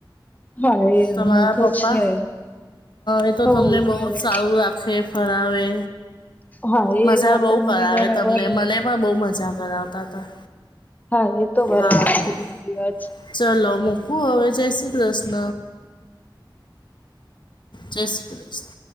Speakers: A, on the left; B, on the left.
A: હા એ
B: તમારા
A: એમનું તો
B: પપ્પા
A: છે
B: એ તો
A: હો
B: તમને બહ
A: બરાબર
B: જ સારું રાખે ફરાવે,
A: હા એ
B: મજા
A: વાત
B: બહુ
A: તમારી
B: કરાવે
A: બરાબર
B: તમને, મને પણ બહુ મજા કરાવતા હતા
A: હા એ તો બરાબર
B: હા હા
A: તમારી વાત.
B: ચલો મૂકું હવે જૈસી કસન. જે સી કસન